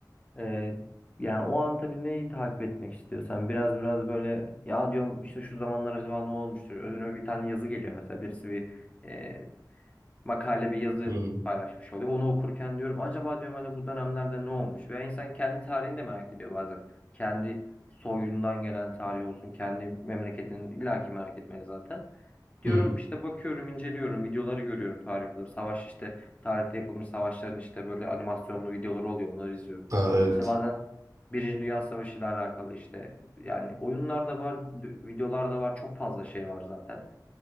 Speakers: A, on the left; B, on the right.
A: e, yani o an tabii neyi takip etmek istiyorsan biraz biraz böyle ya diyorum işte şu zamanlar acaba ne olmuştur? Önüme bir tane yazı geliyor mesela birisi bir e, makale bir yazı
B: Hı hı.
A: paylaşmış oluyor. Onu okurken diyorum acaba diyorum hani bu dönemlerde ne olmuş? Veya insan kendi tarihini de merak ediyor bazen. Kendi soyundan gelen tarihi olsun, kendi memleketini illaki merak etmeye zaten. Diyorum
B: Hı hı.
A: işte bakıyorum, inceliyorum, videoları görüyorum tarih videoları. Savaş işte tarihte yapılmış savaşların işte böyle animasyonlu videoları oluyor. Onları izliyorum.
B: Aa, evet.
A: İşte bazen Birinci Dünya Savaşı ile alakalı işte yani oyunlar da var, d- videolar da var. Çok fazla şey var zaten.